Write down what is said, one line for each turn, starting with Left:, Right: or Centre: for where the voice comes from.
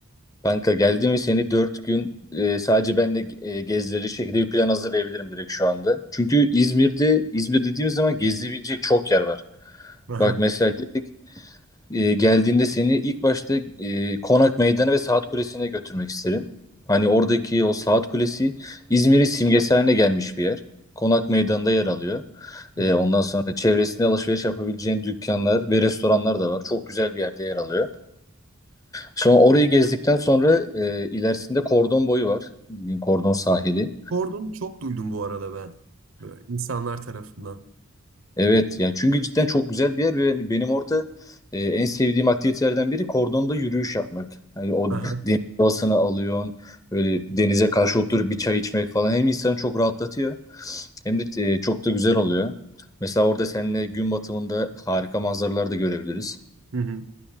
Left: Kanka geldim ve seni dört gün e, sadece ben de e, gezdirecek şekilde bir plan hazırlayabilirim direkt şu anda. Çünkü İzmir'de, İzmir dediğimiz zaman gezilebilecek çok yer var.
Right: Aha.
Left: Bak mesela dedik e, geldiğinde seni ilk başta e, Konak Meydanı ve Saat Kulesi'ne götürmek isterim. Hani oradaki o Saat Kulesi İzmir'in simgesi haline gelmiş bir yer. Konak Meydanı'nda yer alıyor.
Right: Hı.
Left: E, ondan sonra çevresinde alışveriş yapabileceğin dükkanlar ve restoranlar da var. Çok güzel bir yerde yer alıyor. Sonra orayı gezdikten sonra e, ilerisinde Kordon Boyu var. Bildiğin Kordon sahili.
Right: Kordonu çok duydum bu arada ben. Böyle insanlar tarafından.
Left: Evet yani çünkü cidden çok güzel bir yer ve yani benim orada e, en sevdiğim aktivitelerden biri kordonda yürüyüş yapmak. Hani o
Right: Aha.
Left: deniz havasını alıyorsun, böyle denize karşı oturup bir çay içmek falan hem insanı çok rahatlatıyor hem de e, çok da güzel oluyor. Mesela orada seninle gün batımında harika manzaralar da görebiliriz.
Right: Hı hı.